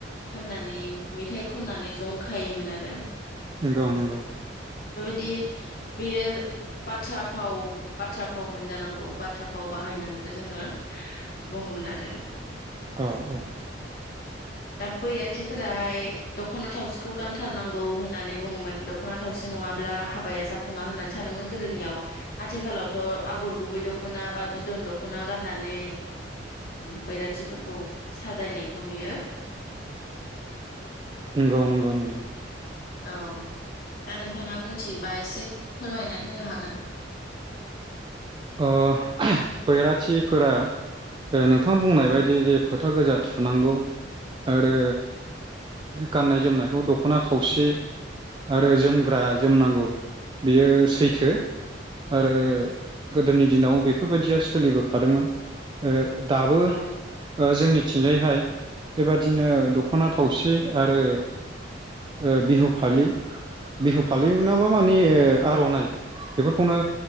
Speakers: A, on the left (about 55°); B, on the right (about 25°).
A: होननानै मेथाइ खननानै जंखायोमोन आरो
B: नंगौ नंगौ
A: बायदि बे बाथ्रा फाव बाथ्रा फाव मोनजानांगौ बाथ्रा फाव बाहायनानैबो जोङो बुङोमोन आरो
B: औ औ
A: दा बैराथिफोराहाय दख'ना थावसिखौ गानथारनांगौ होननानै बुङोमोन दख'ना थावसि नङाब्ला हाबाया जाफुङा होननानै सानोमोन गोदोनियाव आथिखालावथ' आगर गुबै दख'ना बा बिदन दख'ना गाननानै बैराथि फोरखौ साजायनायखौ नुयो।
B: नंगौ नंगौ नुयो।
A: औ दा नोंथाङा मिथियोबा एसे फोरमायनानै होनो हागोन।
B: औ बैराथिफोरा नोंथां औ बुंनाय बदि जे फोथा गोजा थुनांगौ आरो गाननाय जोमनायखौ दख'ना थावसि आरो जोमग्रा जोमनांगौ बियो सैथो आरो गोदोनि दिनाव बेफोरबायदिया सोलिबोखादोंमोन ओ दाबो
A: औ
B: जोंनिथिंजायहाय बेबादिनो दख'ना थावसि आरो ओ बिहु फालि बिहु फालि नाबा मानि आर'नाइ बेफोरखौनो